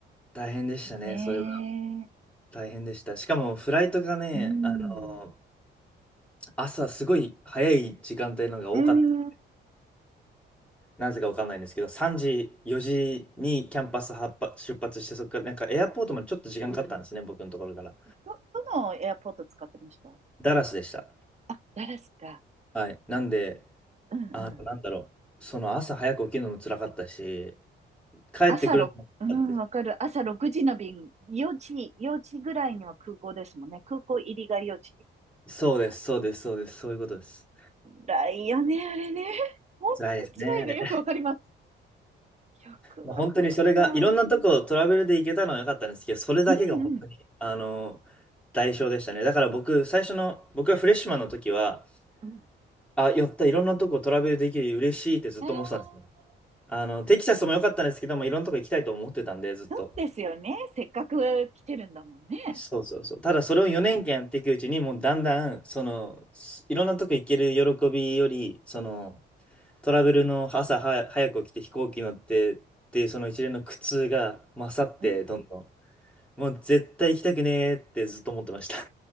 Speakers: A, in the centre; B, on the right.
A: 大変でしたね。
B: ね
A: それは大変でした。しかもフライトがね、
B: え。うん。
A: あの朝すごい早い時間帯のが多かった。
B: うん。
A: なぜかわかんないんですけど、3時、4時にキャンパス発発出発して、そこからなんかエアポートまでちょっと時間かかったんですね、僕のところから。
B: ど、どのエアポート使ってました
A: ダラスでした。
B: あ、ダラスか。
A: はい。なんで、
B: うんうん
A: あの、なんだろう、その朝早く起きるのも辛かったし、帰ってくるのも辛かったし、
B: 朝6、うん、わかる。朝6時の便、4時、4時ぐらいには空港ですもんね。空港入りが4時。
A: そうです、そうです、そうです、そういうことです。
B: 辛いよね、あれね。ほんと辛いねよくわかります。
A: 辛いですね、あれ。<laughs>
B: よくわかるわ。
A: もう本当にそれが、いろんなとこをトラベルで行けたのは良かったんですけど、それだけが本当に、
B: うんうん。
A: あの、代償でしたね。だから僕、最初の、僕がフレッシュマンの時は、
B: うん。
A: あ、寄った、いろんなとこトラベルできる、嬉しいってずっと思ってたんですね。
B: ああ、
A: あの、テキサスも良かったんですけども、いろんなとこ行きたいと思ってたんで、ずっと。
B: そうですよね。せっかく来てるんだもんね。
A: そうそうそう。ただ、それを4年間やっていくうちに、もうだんだん、その、すいろんなとこ行ける喜びより、その、トラベルの朝は早く起きて飛行機乗ってっていう、その一連の苦痛が勝って、
B: うん
A: どんどん。もう絶対行きたくねーってずっと思ってました。